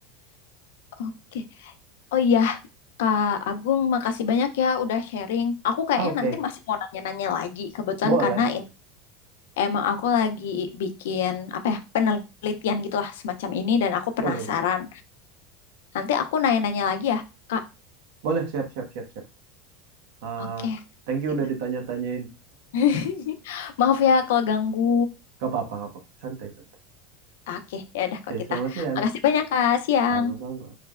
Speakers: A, on the left; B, on the right.
A: Oke. Oh iya, Kak Agung, makasih banyak ya udah sharing. Aku kayaknya
B: Ah, Oke,
A: nanti masih mau nanya-nanya lagi kebetulan
B: Boleh,
A: karena
B: boleh.
A: emang aku lagi bikin apa ya penelitian gitulah semacam ini dan aku penasaran.
B: Boleh, boleh.
A: Nanti aku nanya-nanya lagi ya, Kak.
B: Boleh, siap, siap, siap, siap. Ah,
A: Oke,
B: thank you
A: gitu.
B: udah ditanya-tanyain.
A: <laughs> Maaf ya kalau ganggu.
B: Gak apa-apa, gak apa-apa. Santai, santai.
A: Oke, ya udah
B: Oke,
A: kok kita.
B: selamat siang.
A: Makasih banyak Kak. Siang.
B: Sama-sama.